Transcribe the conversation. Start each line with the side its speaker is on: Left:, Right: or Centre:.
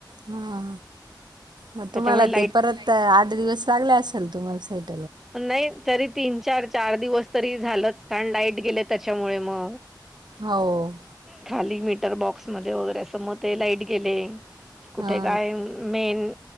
Right: हा. मग तुम्हाला
Centre: त्याच्यामुळे लाईट
Right: ते परत आठ दिवस लागले असाल तुम्हाला साित
Centre: नाही तरी तीन चार चार दिवस तरी झालंच कारण लाईट गेले त्याच्यामुळे म
Right: हो.
Centre: खाली मीटर बॉक्स मध्ये वगैरे अंस म ते लाईट गेले. कुठे
Right: हा
Centre: काय मेन